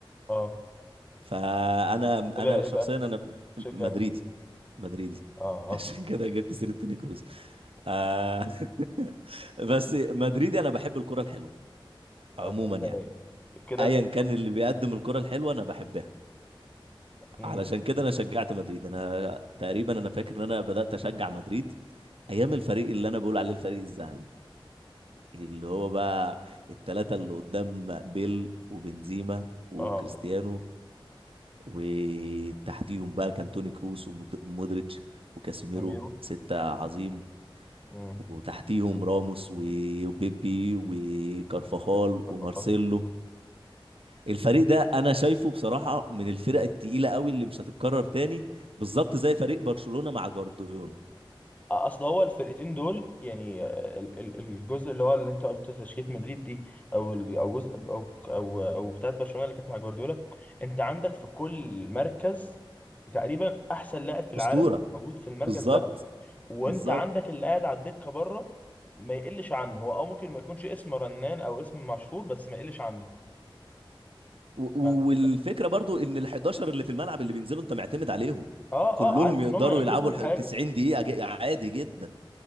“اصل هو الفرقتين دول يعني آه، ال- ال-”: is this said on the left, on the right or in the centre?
Left